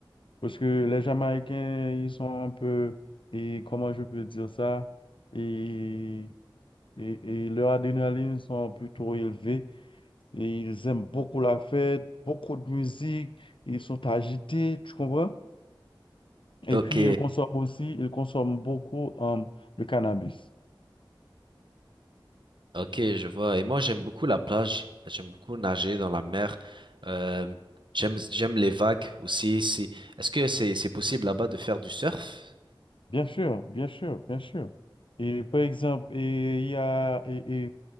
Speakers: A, on the left; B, on the right.
A: Parce que les Jamaïcains, ils sont un peu, et comment je peux dire ça, et, et, et leur adrénaline sont plutôt élevées et ils aiment beaucoup la fête, beaucoup de musique, ils sont agités, tu comprends? Et
B: Ok,
A: puis ils consomment aussi, ils consomment beaucoup euh, le cannabis.
B: ok, je vois. Et moi, j'aime beaucoup la plage. J'aime beaucoup nager dans la mer. Euh, j'aime, j'aime les vagues aussi. Si, est-ce que c'est, c'est possible là-bas de faire du surf?
A: Bien sûr, bien sûr, bien sûr. Et par exemple, et il y a et, et